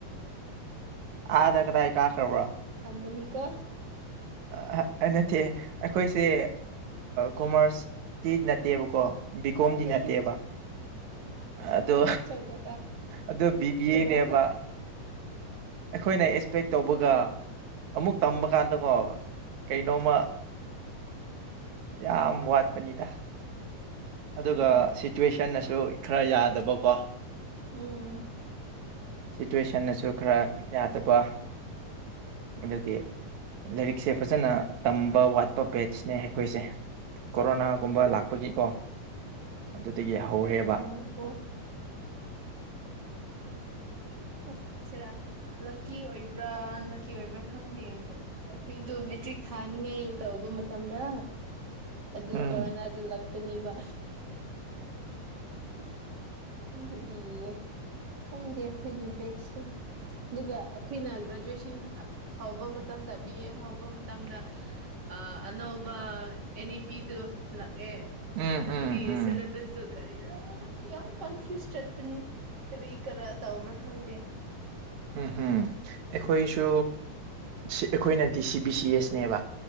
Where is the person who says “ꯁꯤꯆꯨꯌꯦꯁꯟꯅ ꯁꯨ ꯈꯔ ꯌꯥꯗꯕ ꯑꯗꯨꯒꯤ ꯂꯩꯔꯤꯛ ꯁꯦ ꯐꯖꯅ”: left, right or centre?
Right